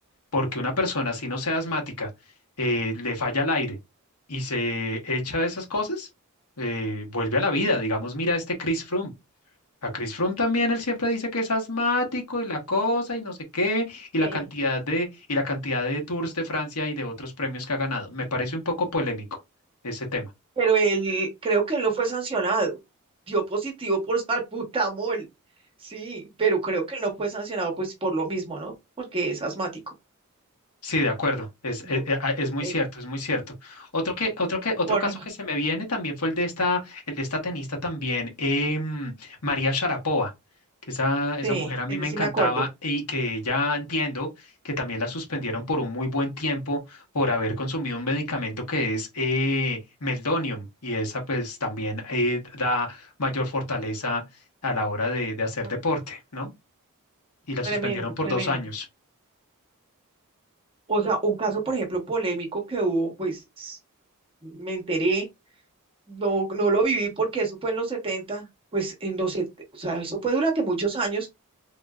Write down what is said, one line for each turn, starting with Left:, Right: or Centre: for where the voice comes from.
Left: porque una persona, si no sea asmática, eh, le falla el aire y se echa esas cosas, eh, vuelve a la vida. Digamos, mira este Chris Froome. A Chris Froome también él siempre dice que es asmático y la cosa y no sé qué, y
Right: Sí.
Left: la cantidad de, y la cantidad de Tours de Francia y de otros premios que ha ganado. Me parece un poco polémico ese tema.
Right: Pero él, creo que él no fue sancionado. Dio positivo por <laughs> salbutamol. Sí, pero creo que él no fue sancionado pues por lo mismo, ¿no? Porque es asmático.
Left: Sí, de acuerdo, es,
Right: Bu-
Left: e- e- a- es muy
Right: eh,
Left: cierto, es muy cierto. Otro que, otro que, otro
Right: por,
Left: caso que se me viene también fue el de esta, el de esta tenista también, em, María Sharapova, que esa, esa
Right: sí,
Left: mujer a mí
Right: ese
Left: me
Right: sí
Left: encantaba
Right: me acuerdo.
Left: y que ya entiendo que también la suspendieron por un muy buen tiempo por haber consumido un medicamento que es eh, Meldonium y esa pues también eh, da mayor fortaleza a la hora de, de hacer
Right: Mm,
Left: deporte, ¿no? Y la suspendieron
Right: Tremendo,
Left: por
Right: tremendo.
Left: dos años.
Right: O sea, un caso, por ejemplo, polémico que hubo, pues me enteré, no, no lo viví porque eso fue en los setenta pues en los, set- o sea, eso fue durante muchos años